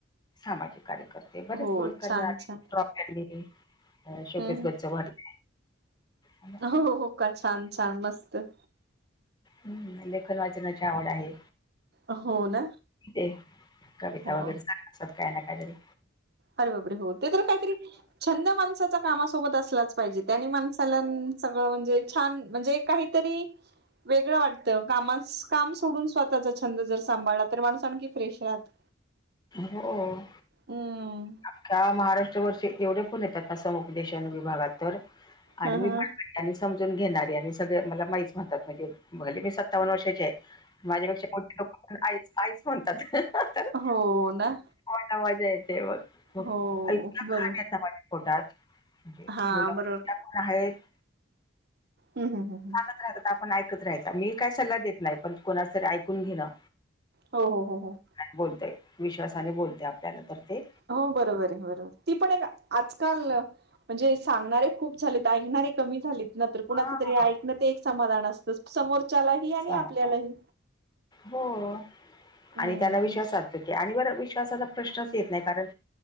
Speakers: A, on the left (about 20°); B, on the right (about 55°).
A: सामाजिक कार्यकर्ते, बरेच
B: हो
A: पुरस्कार
B: छान
A: मिळाले,,
B: छान
A: ट्रॉ, फॅले शोकेश
B: हम्म
A: गच्च भरले, आणि
B: हो हो, हो, का,, छान छान, मस्त.
A: हम्,, लेखन वाचनाची आवड आहे,,,
B: हो ना
A: ते. कविता
B: हो
A: वगैरे सांगणार असातात,, काय ना काय तरी.
B: अरे बापरे,, हो, ते तर काहीतरी, छंद माणसाचा कामासोबत असलाचऽ पाहिजे,, त्याने माणसाला, सगळं म्हणजे छान, म्हणजे काहीतरीऽ वेगळं वाटतं, कामास, काम सोडून स्वतःचा छंद जर सांभाळला, तर माणूस आणखी फ्रेश राहातऽ
A: हो,,
B: हममम,
A: अख्ख्या महाराष्ट्रा भरचे एवढे फोण येतात ना,, समुप देेशानु विभागात तर,, आणि
B: ह
A: मीऽ
B: ह
A: त्यां समजून घेणारी, आणि सगळे मला म ईच म्हणतात,, म्हणजे भले मी सत्तावन्न वर्षाचे आहे. माझ्यापेक्षा मोठे लोक पण, आईच, आईच म्हणतात. तर
B: हो ना.
A: मला मजा येते मग,, मग
B: हो
A: इतका
B: बरोबर
A: खान येत माझ्याऽ पोटात,, म्हणजे
B: हा
A: मुलंठल्या
B: बरोबर
A: पण आहेत.
B: हम्, हम, हम हम,
A: सांगत राहतात,, आपण ऐकत राहायच,, मी काही सल्ला देत नाही, पण कोणा तरी ऐकून घेणंऽ
B: हो हो, हो, हो
A: बोलते, विश्वासाने बोलते आपल्याला तर तेऽ
B: हो बरोबर,, आहे, बरोबर,, ती पण एक आजकाल, म्हणजेऽ सांगणारे खूप झालेत, ऐकणारे कमी झालेत, न कुणाच
A: हां
B: तरी ऐकन ते एक समाधान असत. समोरच्यालाही आणि
A: सामा
B: आपल्यालाही.
A: हो,
B: हम्म
A: आणि त्याना विश्वास असतो. आणि वर विश्वासाचा प्रश्नच येत नाही, कारण,